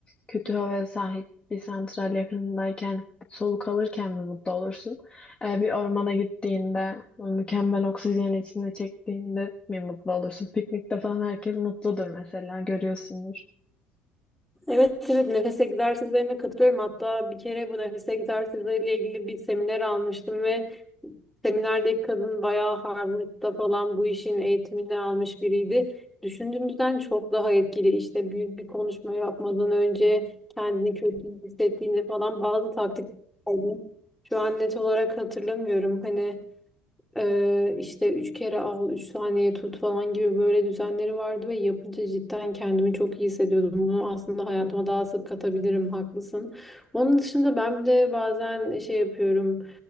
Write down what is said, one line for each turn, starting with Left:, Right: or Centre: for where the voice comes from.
Left: kötü havaya sahip bir santral yakınındayken soluk alırken mi mutlu olursun? Ee, bir ormana gittiğinde, o mükemmel oksijeni içinde çektiğinde mi mutlu olursun? Piknikte falan herkes mutludur mesela, görüyorsundur.
Centre: Evet evet nefes egzersizlerine katılıyorum. Hatta bir kere bu nefes egzersizleriyle ilgili bir seminer almıştım ve seminerdeki kadın bayağı Harvard'da falan bu işin eğitimini almış biriydi. Düşündüğümüzden çok daha etkili. İşte büyük bir konuşma yapmadan önce kendini kötü hissettiğinde falan bazı taktikler. vardı. Şu an net olarak hatırlamıyorum. Hani ee, işte üç kere al, üç saniye tut falan gibi böyle düzenleri vardı ve yapınca cidden kendimi çok iyi hissediyordum. Bunu aslında hayatıma daha sık katabilirim, haklısın. Onun dışında ben bir de bazen şey yapıyorum.